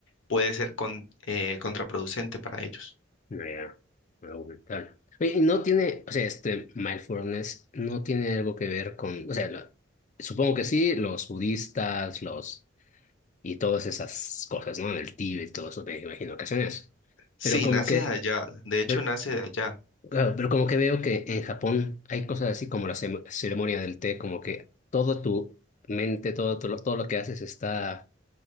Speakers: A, on the left; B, on the left.
A: puede ser con- eh, contraproducente para ellos.
B: No, Ya, argumental. Oye, y no tiene, o sea, este mindfulness no tiene algo que ver con, o sea, la- supongo que sí, los budistas, los y todas esas cosas, ¿no? En el Tíbet, todo eso me imagino ocasiones.
A: Sí,
B: Pero como
A: nace
B: que,
A: de allá. De hecho,
B: pero,
A: nace de allá.
B: claro, pero como que veo que en Japón hay cosas así como la cem- ceremonia del té, como que todo tu mente, todo, todo, lo todo lo que haces está